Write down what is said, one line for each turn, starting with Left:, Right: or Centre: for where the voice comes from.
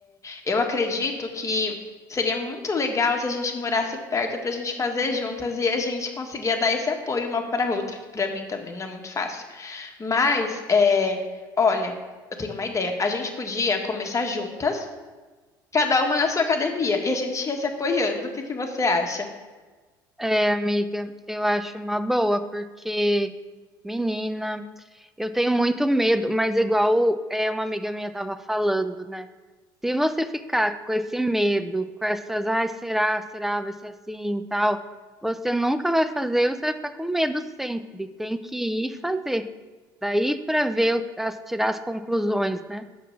Left: Eu acredito que seria muito legal se a gente morasse perto pra gente fazer juntas e a gente conseguia dar esse apoio uma para a outra, que pra mim também não é muito fácil. Mas, é, olha, eu tenho uma ideia. A gente podia começar juntas, cada uma na sua academia, e a gente ia se apoiando. O que que você acha?
Centre: É, amiga, eu acho uma boa, porque, menina, eu tenho muito medo, mas igual é uma amiga minha estava falando, né? Se você ficar com esse medo, com essas, ai, será, será, vai ser assim e tal, você nunca vai fazer, você vai ficar com medo sempre. Tem que ir fazer. Daí para ver, o- as- tirar as conclusões, né?